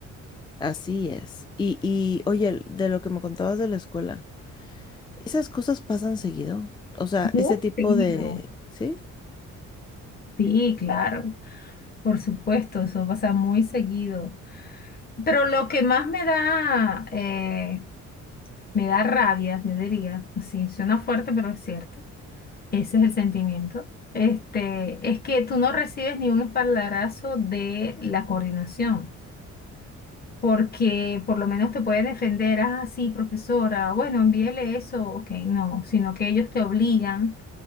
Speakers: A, on the left; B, on the left.
A: Así es. Y, y oye, de lo que me contabas de la escuela, esas cosas pasan seguido. O sea,
B: Muy
A: ese tipo
B: seguido.
A: de, ¿sí?
B: Sí, claro, por supuesto, eso pasa muy seguido. Pero lo que más me da, eh, me da rabia, yo diría, sí, suena fuerte, pero es cierto Ese es el sentimiento. Este, es que tú no recibes ni un espaldarazo de la coordinación, porque por lo menos te pueden defender, ah, sí, profesora, bueno, envíele eso, ok, no, sino que ellos te obligan,